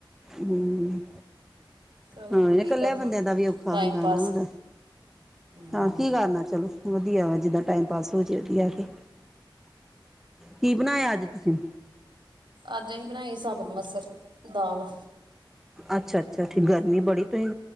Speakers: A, in the centre; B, on the right (about 60°).
A: ਹੂੰ।
B: ਚਲੋ
A: ਹਾਂ ਨ
B: ਕੀ
A: ਕੱਲਿਆਂ
B: ਕਰਨਾ
A: ਬੰਦਿਆਂ ਦਾ ਵੀ ਔਖਾ
B: ਟਾਈਮ
A: ਹੁੰਦਾ
B: ਪਾਸ
A: ਨਾ ਵ
B: ਹਮ
A: ਹਾਂ ਕੀ ਕਰਨਾ ਚਲੋ ਵਧੀਆ ਵਾ ਜਿੱਦਾਂ ਟਾਈਮ ਪਾਸ ਹੋ ਜੇ ਵਧੀਆ ਏ ਤੇ। ਕੀ ਬਣਾਇਆ ਅੱਜ ਤੁਸੀ?
B: ਅੱਜ ਅਹੀਂ ਬਣਾਈ ਸਾਬੁਤ ਮਸਰ। ਦਾਲ।
A: ਅੱਛਾ ਅੱਛਾ ਠੀ ਗਰਮੀ ਬੜੀ ਤੁਹੀਂ